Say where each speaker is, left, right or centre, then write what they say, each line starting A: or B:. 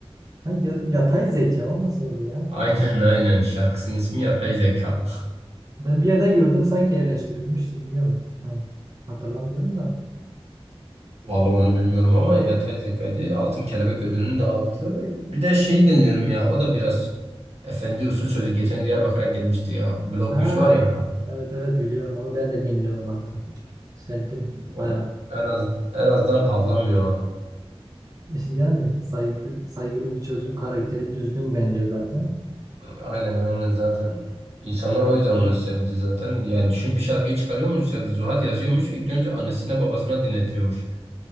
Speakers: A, on the right; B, on the right.
A: Ha, ya- yatay zeka o nasıl oluyor ya?
B: Aynen aynen şarkısının ismi Yatay Zeka.
A: Ben bir yerde gördüm sanki yerleştirilmişti biliyorum. Tam hatırlamıyorum da.
B: Vallahi
A: Ha,
B: onu bilmiyorum ama yapay zekaydı. Altın Kelebek ödülünü de aldı. Bir de şey dinliyorum ya o da biraz efendi usul çocuk. Geçen Diyarbakır'a gelmişti ya. Blok
A: ha.
B: 3 var ya.
A: Evet evet biliyorum onu ben de dinliyorum hatta. Sevdim bayağı.
B: O
A: <laughs>
B: en az en azından havlamıyor.
A: Yani saygı, saygılı bir çocuk karakteri düzgün bence zaten.
B: Aynen aynen zaten. İnsanlar o yüzden onu sevdi zaten. Yani düşün bir şarkıyı çıkarıyormuş ya Zuhat yazıyormuş. İlk önce annesine babasına dinletiyormuş.